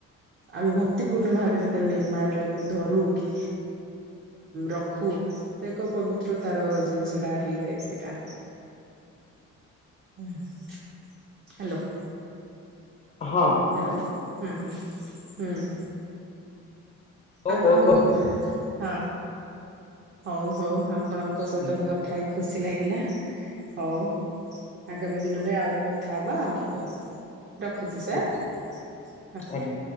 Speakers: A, on the right; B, on the left.
A: ଆମେ ଭକ୍ତିପୂର୍ଣ୍ଣ ଭାବେ ଯେତେବେଳେ ନିର୍ମାଲ୍ୟକୁୁ ଧରୁ କି ରଖୁ ସେ ଏକ ପବିତ୍ର ତାର ଜିନିଷଟା ହେଇଯାଏ ସେଇଟା ହ୍ୟାଲୋ
B: ହଁ
A: ହ୍ୟାଲୋ ହଁ ହଁ ହୁଁ
B: ହଉ
A: ଆପଣଙ୍କୁ
B: ବହୁତ ବହୁତ
A: ହଁ ହଉ ହଉ ଆପଣଙ୍କ
B: ଠିକ୍ ଅଛି
A: ସହିତ
B: ଥ୍ୟାଙ୍କ
A: ବି
B: ୟୁ
A: କଥା ହେଇ ଖୁସି ଖୁସି ଲାଗିଲା ହଉ ଆଗାମୀ ଦିନରେ ଆହୁରି କଥା ହବା ଆଉ ହଉ ରଖୁଛି ସାର
B: ଠିକ ଅଛି ଆଜ୍ଞା